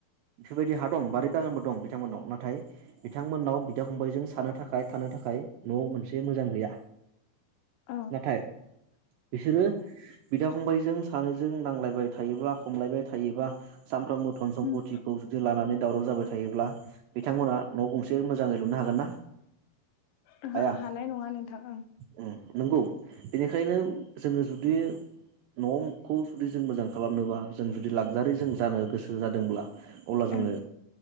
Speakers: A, on the right; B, on the left.
A: बेफोरबायदि हा दं बारिै बागानबो दं। बिथांमोननाव, नाथाय बिथांमोननाव बिदा फंबायजों सानो थाखाय थानो थाखाय न'आव मोनसे मोजां गैया।
B: औ
A: नाथाय बिसोरो बिदा-फंबायजों सानैजों नांलायबाय थायोब्ला खमलायबाय थायोबा सानफ्रोमबो धन सम्पतिखौ
B: उम
A: जुदि लानानै दावराव जाबाय थायो। बिथांमोना न' गंसे मोजाङै लुनो हागोनना?
B: ओहो
A: हाया!
B: हानाय नङा नोंथां ओं
A: उम नोंगौ। बेनिखायनो जोङो जुदि न' खौ जुदि जों मोजां खालामनोबा जों जुदि लागजारि जों जानो गोसो जादोंब्ला अब्ला जोङो
B: ओं